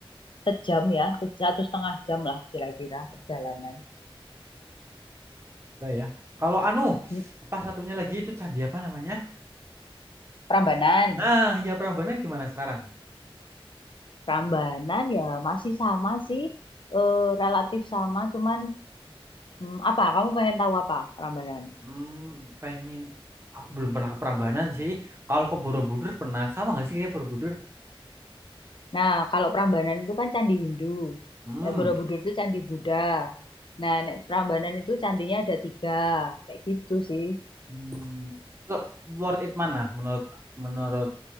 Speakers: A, on the left; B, on the right.
A: sejam ya, se- satu setengah jam lah kira-kira perjalanan.
B: juga ya. Kalau anu,
A: Hmm,
B: apa satunya lagi itu candi apa namanya?
A: Prambanan,
B: Nah, ya Prambanan gimana sekarang?
A: Prambanan ya masih sama sih, eh, relatif sama, cuman hmm, apa? Kamu pengen tahu apa Prambanan?
B: Hmm, pengen aku belum pernah ke Prambanan sih. Kalau ke Borobudur pernah sama nggak sih kayak Borobudur?
A: Nah, kalau Prambanan itu kan candi Hindu.
B: Hmm.
A: Nek Borobudur itu candi Buddha. Nah, nek Prambanan itu candinya ada tiga, kayak gitu sih.
B: Hmm, lo- worth it mana menurut menurut